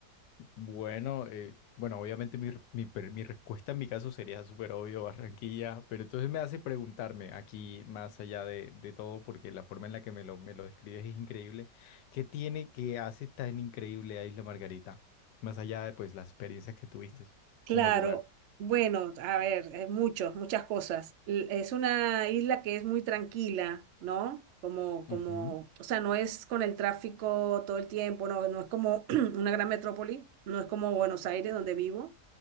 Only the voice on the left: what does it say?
Bueno, eh, bueno, obviamente mi, r- mi, per- mi respuesta en mi caso sería súper obvio, Barranquilla, pero entonces me hace preguntarme aquí, más allá de, de todo, porque la forma en la que me lo, me lo describes es increíble, ¿qué tiene que hace tan increíble a Isla Margarita? Más allá de pues las experiencias que tuviste
como lugar.
Ujú,